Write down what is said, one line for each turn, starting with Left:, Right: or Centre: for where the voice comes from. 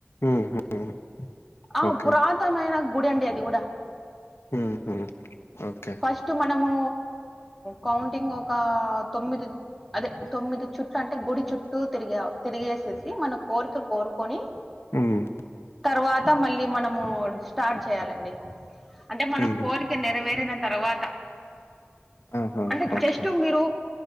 Left: ఉమ్మ్ ఉమ్
Centre: ఆ
Left: ఓకే
Centre: పురాతమైన గుడి అండి అది కూడా
Left: ఉహు ఓకే
Centre: ఫస్ట్ మనము కౌంటింగ్ ఒక తొమ్మిది అదే తొమ్మిది చుట్టూ అంటే గుడి చుట్టూ తిరిగా తిరిగేసేసి మన కోరిక కోరుకొని
Left: ఉమ్మ్
Centre: తర్వాత మళ్ళీ మనము స్టార్ట్ చేయాలండి అంటే మన
Left: ఉమ్,
Centre: కోరి క నెరవేరిన తర్వాత
Left: ఆహా
Centre: అంటే
Left: ఓకే
Centre: జస్ట్ మీరు